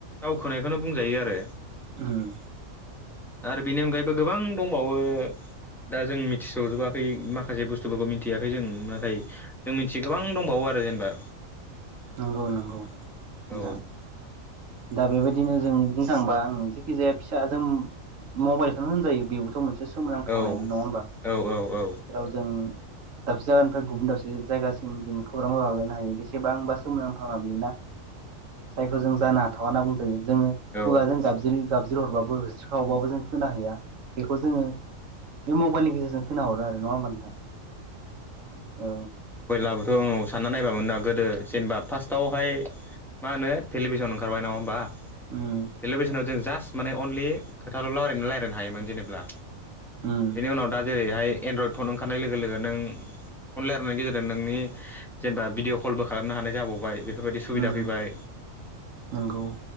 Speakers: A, in the centre; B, on the right.
A: दावखोनायखौनो बुंजायो आरो।
B: उम।
A: दा आरो बेनि अनगायैबो गोबां दंबावो। दा जों मिथिस'जोबाखै माखासे बुस्थुफोरखौ मिथियाखै जों नाथाय जों मिथियो गोबां दंबावो आ रो जेनेबा
B: नंगौ नंगौ नोंथां।
A: औ
B: दा बेबायदिनो जों बुंनो थांङोबा जिखि जाया फिसाजों मबाइलखौनो होनजायो बेबोथ' मोनसे एसे सोमोनांथावनायानो
A: औ
B: नङा होमबा
A: औ औ औ
B: जेराव जों। दाबसे जायगानिफ्राय गुबुन दाबसे जायगासिम जों खौरां लालायनो हायो बेसेबांबा सोमोनांथाना बेयो ना? जायखौ जों जानो हाथावा होनना बुंजायो जोङो
A: औ
B: खुगाजों गाबज्रि गाबज्रि हरबाबो होस्रिखावबाबो जों खोनाहैया बेखौ जोङो बे मबाइलनि गेजेरजों खोनाहरो आरो नङा होमबा नोंथां? औ
A: मयलाबोथ आं सा नना नायबा मोन ना गोदो जेनेबा फार्स्टआवहाय मा होनो टेलिभिसन ओंखारबाय नङा होमबा?
B: उम
A: टेलिभिसनाव जों जास्ट माने अनलि खोथाल' रावलरायनानै रायज्लायनो हायोमोन जेनेब्ला।
B: उम
A: बेनि उनाव दा जेरैहाय एनड्रयड फन ओंखारनाय लोगो लोगो नों फन ला गेजेरजों नोंनि जेनेबा भिडिअ कलबो खालामनो हानाय जाबावबाय बे बेफोरबायदि सुबिदा
B: उम
A: फैबाय
B: नंगौ